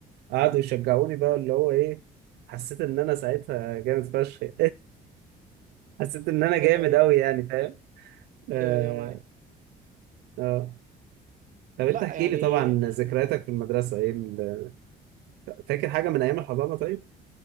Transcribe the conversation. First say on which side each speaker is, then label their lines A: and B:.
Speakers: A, on the right; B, on the right.
A: قعدوا يشجعوني بقى اللي هو ايه حسيت ان انا ساعتها جامد فشخ <laughs> حسيت ان انا
B: ايوه
A: جامد
B: ايوه
A: قوي يعني فاهم اه
B: ايوه ايوه معاك
A: اه طب
B: لا
A: انت احكي
B: يعني
A: لي طبعا ذكرياتك في المدرسه ايه ال- فاكر حاجه من ايام الحضانه طيب